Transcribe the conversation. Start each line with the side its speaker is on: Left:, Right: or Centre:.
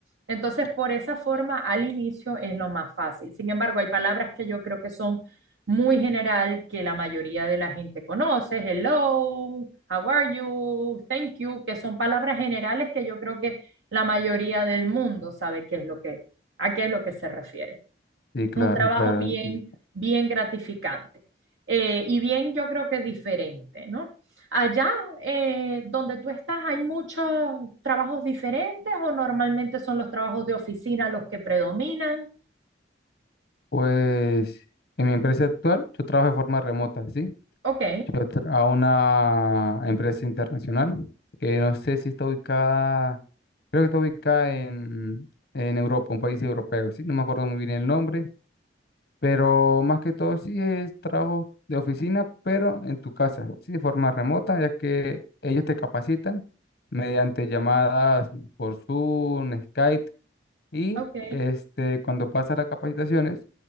Right: Entonces, por esa forma, al inicio es lo más fácil. Sin embargo, hay palabras que yo creo que son muy general, que la mayoría de la gente conoce, hello, how are you, thank you, que son palabras generales que yo creo que la mayoría del mundo sabe qué es lo que, a qué es lo que se refiere.
Left: Sí,
Right: Es
Left: claro,
Right: un trabajo
Left: claro.
Right: bien,
Left: entiendo.
Right: bien gratificante eh, y bien yo creo que diferente, ¿no? Allá eh, donde tú estás, ¿hay muchos trabajos diferentes o normalmente son los trabajos de oficina los que predominan?
Left: Pues en mi empresa actual, yo trabajo de forma remota, ¿sí?
Right: Ok,
Left: Yo tra- a una empresa internacional que no sé si está ubicada, creo que está ubicada en, en Europa, un país europeo, ¿sí? No me acuerdo muy bien el nombre Pero más que todo sí es trabajo de oficina, pero en tu casa, sí, de forma remota, ya que ellos te capacitan mediante llamadas por Zoom, Skype y
Right: ok,
Left: este, cuando pasas las capacitaciones,